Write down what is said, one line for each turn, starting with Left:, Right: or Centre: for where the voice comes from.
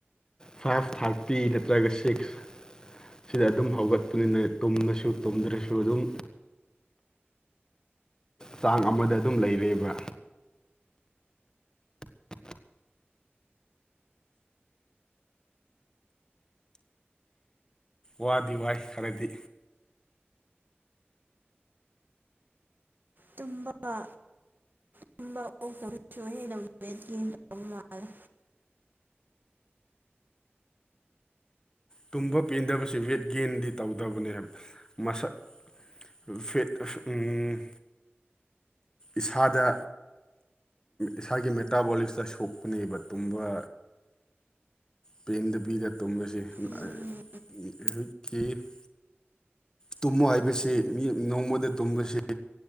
Left: ꯐꯥꯏꯚ ꯊꯥꯔꯇꯤ ꯅꯠꯇ꯭ꯔꯒ ꯁꯤꯛꯁ ꯁꯤꯗ ꯑꯗꯨꯝ ꯍꯧꯒꯠꯄꯅꯤꯅ ꯇꯨꯝꯃꯁꯨ ꯇꯨꯝꯗ꯭ꯔꯁꯨ ꯑꯗꯨꯝ ꯆꯥꯡ ꯑꯃꯗ ꯑꯗꯨꯝ ꯂꯩꯔꯦꯕ ꯋꯥꯗꯤ ꯋꯥꯏ ꯈꯔꯗꯤ
Right: ꯇꯨꯝꯕꯒ ꯇꯨꯝꯕ ꯑꯣꯛꯇꯕꯁꯨ ꯍꯦꯟꯅ <unintelligible> ꯃꯥꯜꯂꯦ
Left: ꯇꯨꯝꯕ ꯄꯦꯟꯗꯕꯁꯦ ꯋꯦꯠ ꯒꯦꯟꯗꯤ ꯇꯧꯗꯕꯅꯦ ꯍꯥꯏꯕ ꯃꯁꯛ <unintelligible> ꯎꯝ ꯏꯁꯥꯗ ꯏꯁꯥꯒꯤ ꯃꯦꯇꯥꯕꯣꯂꯤꯛꯁꯇ ꯁꯣꯛꯄꯅꯦꯕ ꯇꯨꯝꯕ ꯄꯦꯟꯗꯕꯤꯗ ꯇꯨꯝꯕꯁꯤ
Right: ꯎꯝ
Left: ꯑ <unintelligible> ꯇꯨꯝꯃꯣ ꯍꯥꯏꯕꯁꯤ ꯃꯤ ꯅꯣꯡꯃꯗ ꯇꯨꯝꯕꯁꯤ